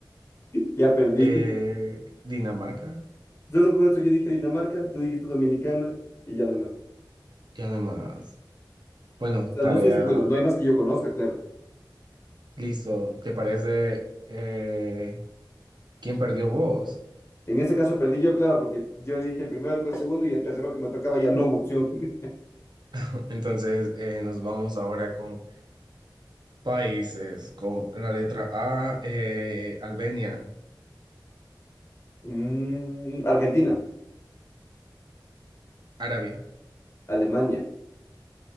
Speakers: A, on the left; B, on the right.
A: Ya perdí.
B: Eh, Dinamarca,
A: Entonces, por eso yo dije Dinamarca, tú dijiste Dominicana y ya no hay más. O
B: ya no hay más. Bueno,
A: sea,
B: tarea,
A: no sé si, bueno, no hay más que yo conozca, claro.
B: listo. ¿Te parece eh, quién perdió vos?
A: En ese caso perdí yo, claro, porque yo dije el primero, tú el segundo y el tercero que me tocaba ya no hubo opción. <laughs>
B: <laughs> Entonces eh, nos vamos ahora con países, con la letra A, eh, Albania,
A: Mm, Argentina,
B: Arabia,
A: Alemania,